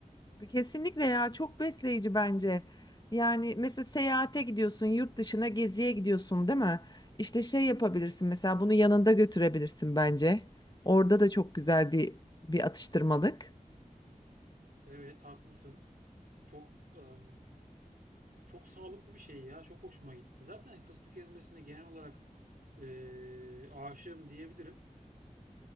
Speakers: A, on the left; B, on the right.
A: Kesinlikle ya çok besleyici bence. Yani mesela seyahate gidiyorsun, yurt dışına geziye gidiyorsun, değil mi? İşte şey yapabilirsin mesela bunu yanında götürebilirsin bence. Orada da çok güzel bir bir atıştırmalık.
B: Evet, haklısın. Çok eee, çok sağlıklı bir şey ya. Çok hoşuma gitti. Zaten fıstık ezmesine genel olarak eee aşığım diyebilirim.